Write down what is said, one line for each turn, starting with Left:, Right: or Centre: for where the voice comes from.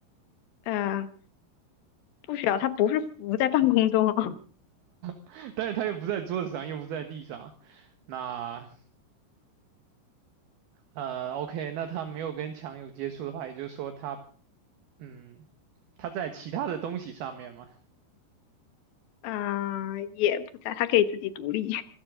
Left: 呃，不需要，它不是浮在半空中哦
Right: <laughs> 但是它又不在桌子上，又不在地上，那呃，OK，那它没有跟墙有接触的话，也就是说它嗯，它在其他的东西上面嘛，
Left: 啊，呃，也不在，它可以自己独立。